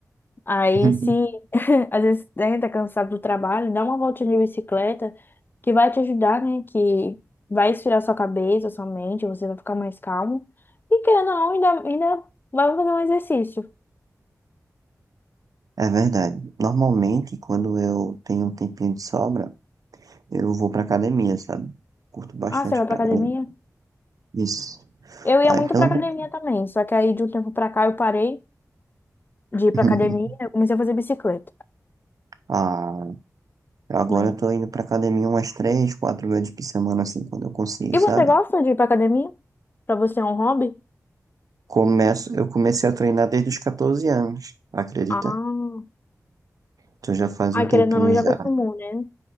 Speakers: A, on the left; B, on the right.
A: Aí,
B: <laughs>
A: se <laughs> às vezes né, tá cansado do trabalho, dá uma voltinha de bicicleta, que vai te ajudar, né? Que vai esfriar sua cabeça, sua mente, você vai ficar mais calmo. E querendo ou não, ainda, ainda vai fazer um exercício.
B: É verdade. Normalmente, quando eu tenho um tempinho de sobra, Eu vou pra academia, sabe? Curto bastante
A: Ah, você vai
B: ir
A: pra
B: pra
A: academia?
B: academia. Isso.
A: Eu ia
B: Aí,
A: muito
B: pelo
A: pra academia
B: menos.
A: também, só que aí de um tempo pra cá eu parei. de ir pra
B: <laughs>
A: academia, eu comecei a fazer bicicleta,
B: Ah, agora
A: né?
B: eu tô indo pra academia umas três, quatro vezes por semana, assim, quando eu consigo,
A: E
B: sabe?
A: você gosta de ir pra academia? Pra você é um hobby?
B: Começo, eu comecei a treinar desde os 14 anos, acredita?
A: Ah,
B: Então já faz
A: ah,
B: um
A: querendo
B: tempinho
A: ou não, já
B: já.
A: acostumou, né?